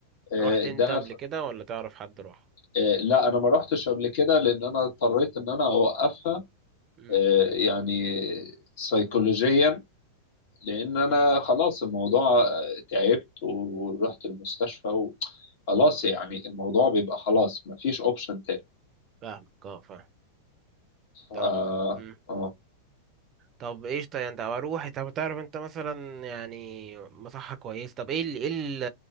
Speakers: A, on the left; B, on the right.
A: آه،
B: رحت انت
A: ده
B: قبل
A: ف-
B: كده ولا تعرف حد راح
A: آه، لا أنا ما رحتش قبل كده لأن أنا اضطريت إن أنا أوقفها
B: امم
A: آه، يعني سيكولوجيا لأن أنا
B: امم
A: خلاص الموضوع آه، تعبت ورحت المستشفى و... خلاص يعني الموضوع بيبقى خلاص مفيش اوبشن تاني
B: فاهمك اه فاهم طب
A: آه
B: امم
A: آه
B: طب ايش طيب انت اروح طب تعرف انت مثلا يعني مصحة كويس طب ايه ال ايه ال